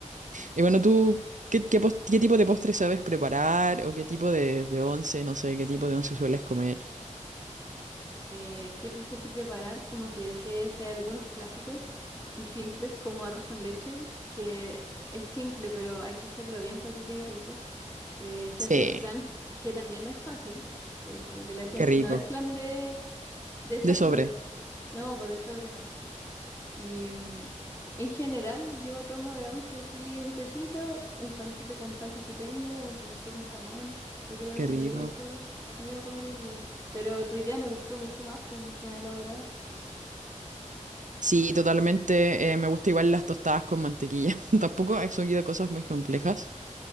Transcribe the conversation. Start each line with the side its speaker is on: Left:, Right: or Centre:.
Left: Sí.
Right: Y bueno, ¿tú qué, qué, pos- qué tipo de postre sabes preparar o qué tipo de, de once, no sé, qué tipo de once
Left: Ujú.
Right: sueles comer?
Left: Eh, ¿qué postre sé preparar? Como que sé, sé algunos clásicos y simples, como arroz con leche, que es simple, pero hay que hacerlo bien para que quede rico. Eh, sé
Right: Sí,
Left: hacer flan, que también no es fácil. eh, como que la gente,
Right: qué rico.
Left: no es flan de, de saquito,
Right: De sobre,
Left: no, pues de sobre no. Y mm, en general yo tomo de once sí un tecito, un pancito con palta si tengo, un pancito con jamón. Yo creo
Right: qué
Left: que
Right: rico.
Left: eso me iba a comer hoy día. Pero tu idea me gustó mucho más, pues mucho más elaborada.
Right: Sí, totalmente. eh, me gusta igual las tostadas con mantequilla. <laughs> Tampoco he seguido cosas muy complejas.